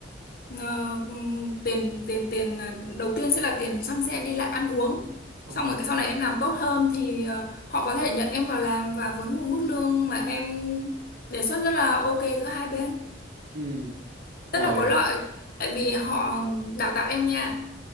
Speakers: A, on the left; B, on the right.
A: ờ, ừm, tiền tiền tiền là- đầu tiên sẽ là tiền xăng xe đi lại ăn uống.
B: Ồ.
A: Xong rồi cái sau này em làm tốt hơn thì ờ, họ có thể nhận em vào làm và với một mức lương mà em đề xuất rất là ok giữa hai bên.
B: Ừ,
A: Rất
B: rồi,
A: là có lợi tại
B: dạ,
A: vì họ đào tạo em nha